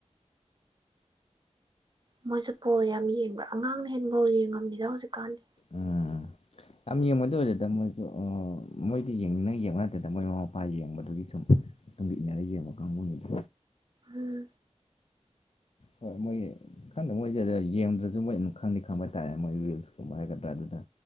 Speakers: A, on the right; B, on the left.
A: ꯃꯣꯏꯁꯨ ꯕꯣꯜ ꯌꯥꯝ ꯌꯦꯡꯕ꯭ꯔꯥ ꯑꯉꯥꯡꯅ ꯍꯦꯟꯅ ꯕꯣꯜ ꯌꯦꯡꯉꯝꯃꯤꯗ ꯍꯧꯖꯤꯛꯀꯥꯟꯗꯤ
B: ꯎꯝ ꯌꯥꯝ ꯌꯦꯡꯕꯗꯤ ꯑꯣꯏꯗꯦꯗ ꯃꯣꯏꯁꯨ ꯃꯣꯏꯗꯤ ꯌꯦꯡꯅꯤꯡꯅ ꯌꯦꯡꯕ ꯅꯠꯇꯦꯗ ꯃꯣꯏ ꯃꯃꯥ ꯃꯄꯥ ꯌꯦꯡꯕꯗꯨꯒꯤ ꯁꯨꯝ ꯃꯇꯨꯡꯗ ꯏꯟꯅꯔ ꯌꯦꯡꯕ ꯀꯥꯡꯕꯨꯅꯤ ꯗꯨ
A: ꯎꯝ
B: ꯍꯣꯏ ꯃꯣꯏꯒꯤ ꯈꯪꯗ ꯃꯣꯏꯖꯦ ꯂꯩ ꯌꯦꯡꯗ꯭ꯔꯁꯨ ꯃꯣꯏ ꯑꯗꯨꯝ ꯈꯪꯗꯤ ꯈꯪꯕ ꯍꯥꯏ ꯇꯥꯔꯦ ꯃꯣꯏ ꯔꯤꯜꯁꯀꯨꯝꯕ ꯍꯥꯏꯒꯗ꯭ꯔꯥ ꯑꯗꯨꯅ